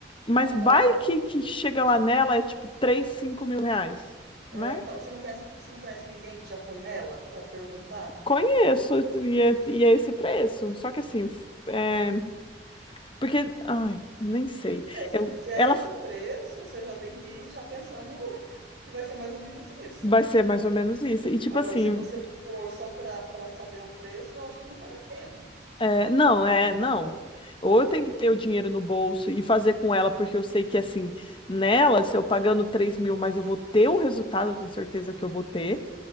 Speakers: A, on the left (about 30°); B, on the right (about 80°).
A: mas
B: Aham.
A: vai que, que chega lá nela é tipo três cinco mil reais,
B: É,
A: né?
B: então, você não conhece, você não conhece ninguém que já foi nela para perguntar?
A: Conheço, e é, e é esse preço. Só que assim, f- é, porque. Ai, nem sei.
B: É, se
A: Eu,
B: se é
A: ela
B: esse preço, você já tem que ir já pensando <laughs> que vai ser mais ou menos isso,
A: vai ser mais ou menos
B: né?
A: isso. E tipo
B: Agora,
A: assim.
B: se você for só para para saber o preço, eu acho que não vale a pena
A: É, não, é,
B: pagar.
A: não. Ou eu tenho que ter o dinheiro no bolso e fazer com ela, porque eu sei que, assim, nela,
B: Uhum,
A: se eu pagando três mil, mas eu vou ter o resultado, eu tenho certeza que eu vou ter,